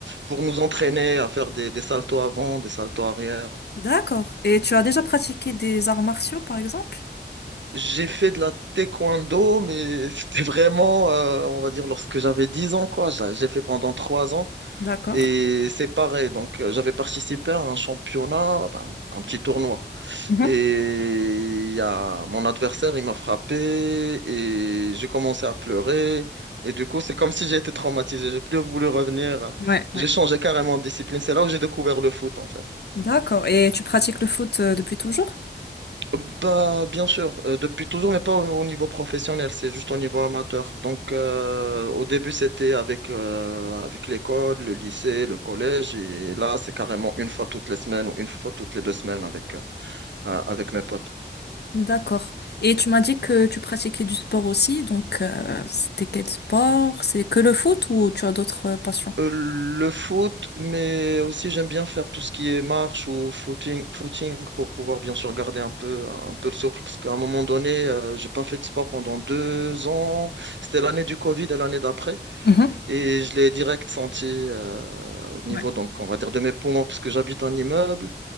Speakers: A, on the right; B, on the left.
A: pour nous entraîner à faire des, des saltos avant, des saltos arrière.
B: D'accord. Et tu as déjà pratiqué des arts martiaux, par exemple?
A: J'ai fait de la taekwondo, mais <laughs> c'était vraiment, euh, on va dire, lorsque j'avais 10 ans, quoi. J'a- J'ai fait pendant 3 ans.
B: D'accord.
A: Et c'est pareil, donc euh, j'avais participé à un championnat, ben, un petit tournoi.
B: Mhm.
A: Et il y a mon adversaire, il m'a frappé et j'ai commencé à pleurer. Et du coup, c'est comme si j'ai été traumatisé. J'ai plus voulu revenir.
B: Ouais, ouais.
A: J'ai changé carrément de discipline. C'est là où j'ai découvert le foot, en fait.
B: D'accord. Et tu pratiques le foot euh, depuis toujours?
A: Bah, bien sûr, euh, depuis toujours, mais pas au, au niveau professionnel, c'est juste au niveau amateur. Donc, euh, au début, c'était avec, euh, avec l'école, le lycée, le collège, et là, c'est carrément une fois toutes les semaines ou une fois toutes les deux semaines avec, euh, euh, avec mes potes.
B: D'accord. Et tu m'as dit que tu pratiquais du sport aussi, donc euh, c'était quel sport? C'est que le foot ou tu as d'autres euh, passions?
A: Euh, le foot, mais aussi j'aime bien faire tout ce qui est marche ou footing, footing pour pouvoir bien sûr garder un peu, un peu le souffle, parce qu'à un moment donné, euh, j'ai pas fait de sport pendant deux ans. C'était l'année du Covid et l'année d'après.
B: Mhm,
A: Et je l'ai direct senti euh, au niveau,
B: Ouais.
A: donc, on va dire, de mes poumons, puisque j'habite un immeuble